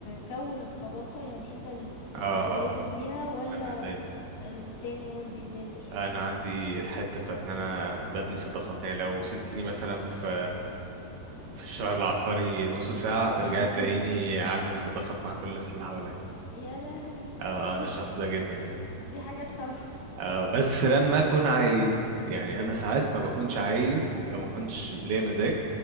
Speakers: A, on the left (about 85°); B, on the right (about 75°).
A: تكون الصداقه يعني انت اللي
B: اه
A: بتبادر
B: اه
A: بيها ولا
B: انا دايما
A: التاني هو اللي بيبادر
B: انا عندي الحتة بتاعت ان انا ببني صداقات يعني لو سبتيني مثلا في في الشهر العقاري نص ساعة هترجعي
A: <laughs>
B: تلاقيني عامل صداقات مع كل الناس اللي حواليا
A: يا لهوي!
B: اه آه، انا
A: <laughs>
B: الشخص ده جدا يعني
A: دي حاجة تخوّف.
B: آه بس لما اكون عايز يعني انا ساعات ما
A: إمم.
B: بكونش عايز او ما كنتش ليا مزاج